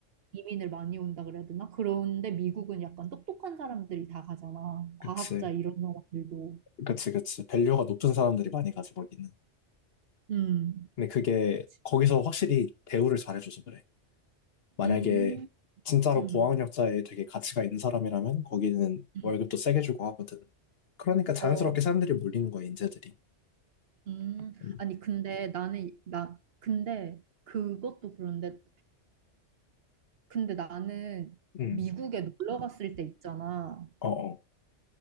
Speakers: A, on the right; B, on the left.
A: 이민을 많이 온다 그래야 되나? 그런데 미국은 약간 똑똑한 사람들이 다 가잖아.
B: 그치.
A: 과학자 이런 사람들도.
B: 그치, 그치. 밸류가 높은 사람들이 많이 가지, 거기는.
A: 음.
B: 근데 그게,
A: 그치.
B: 거기서 확실히 대우를 잘해줘서 그래. 만약에,
A: 음.
B: 진짜로
A: 음.
B: 고학력자에 되게 가치가 있는 사람이라면, 거기는
A: 음.
B: 월급도 세게 주고 하거든. 그러니까 자연스럽게
A: 어,
B: 사람들이 몰리는 거야, 인재들이.
A: 음,
B: 음,
A: 아니, 근데 나는, 나, 근데 그것도 그런데, 근데 나는
B: 음.
A: 미국에 놀러 갔을 때 있잖아.
B: 어, 어,